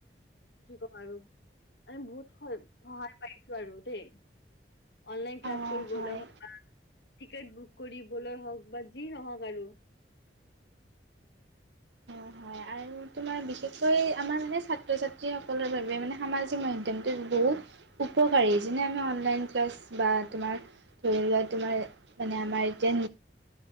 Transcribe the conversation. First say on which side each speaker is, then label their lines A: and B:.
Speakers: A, on the left; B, on the right.
A: কি কম আৰু আমি বহুত স সহায় পাইছো আৰু দেই অনলাইন ক্লাছ
B: অঁ
A: কৰিবলৈ
B: হয়
A: টিকেট বুক কৰিবলৈ হওক বা যি নহওক আৰু
B: হয় হয় আৰু তোমাৰ বিশেষকৈ আমাৰ মানে ছাত্ৰ ছাত্ৰী সকলৰ বাবে মানে সামাজিক মাধ্যমটো বহুত উপকাৰী, যোনে আমাক অনলাইন ক্লাছ বা তোমাৰ ধৰি লোৱা, তোমাৰ মানে আমাৰ এতিয়া